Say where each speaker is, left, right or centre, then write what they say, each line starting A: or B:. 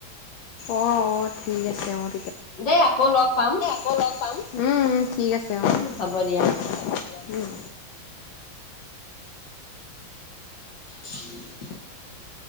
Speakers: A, on the left (about 80°); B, on the left (about 65°).
A: অঁ অঁ ঠিক আছে অঁ।
B: দেই আকৌ লগ পাম।
A: আকৌ লগ পাম, উম উম ঠিক আছে অঁ,
B: উম হ'ব দিয়া।
A: ঠিক আছে দিয়া উম।
B: <inaudible>